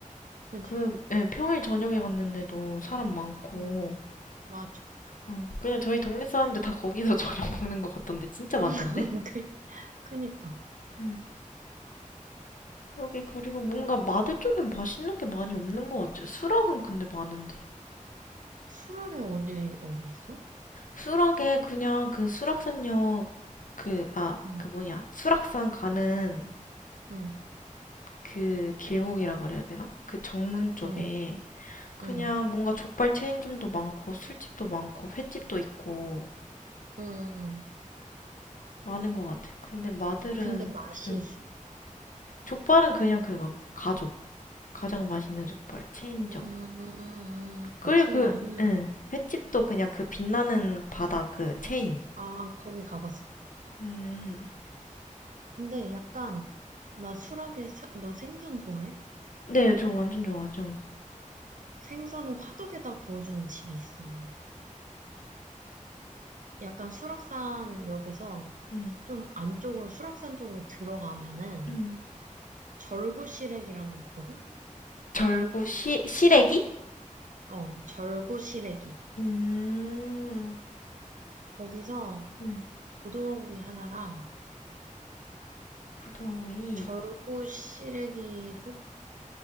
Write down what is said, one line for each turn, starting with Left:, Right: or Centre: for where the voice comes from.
Right: 그지?
Left: 그, 예, 평일 저녁에 갔는데도 사람 많고,
Right: 응, 맞아.
Left: 어, 그냥 저희 동네 사람들 다 거기서 <laughs> 저녁 먹는 것 같던데, 진짜 많던데?
Right: <laughs> 그- 그니까.
Left: 응. 여기 그리고
Right: 그래,
Left: 뭔가 마들 쪽엔 맛있는 게 많이 없는 것 같아요 수락은 근데 많은데.
Right: 수락에 어디, 어디 있어?
Left: 수락에 그냥 그 수락산역, 그, 아,
Right: 응,
Left: 그 뭐냐, 수락산 가는
Right: 응,
Left: 그 길목이라 그래야 되나? 그 정문 쪽에
Right: 응,
Left: 그냥
Right: 응,
Left: 뭔가 족발 체인점도 많고 술집도 많고 횟집도 있고
Right: 응.
Left: 많은 것 같아요. 근데 마들은
Right: 근데 맛이
Left: 응.
Right: 있어?
Left: 족발은 그냥 그거 가족 가장 맛있는 족발 체인점
Right: 음, 음, 음, 음.
Left: 그리고
Right: 아, 체인.
Left: 그 응, 횟집도 그냥 그 빛나는 바다 그 체인
Right: 아, 거기 가봤어.
Left: 음,
Right: 근데 약간, 나 수락에, 사- 너 생선 좋아해?
Left: 네, 저 완전 좋아하죠
Right: 생선을 화덕에다 구워주는 집이 있어. 약간 수락산 역에서
Left: 음,
Right: 좀 안쪽으로, 수락산 쪽으로 들어가면은
Left: 음.
Right: 절구시래기라고 있거든?
Left: 절구 시, 시래기?
Right: 어, 절구시래기.
Left: 음,
Right: 거기서
Left: 음,
Right: 고등어구이 하나랑
Left: 고등어구이
Right: 절구시래기 솥,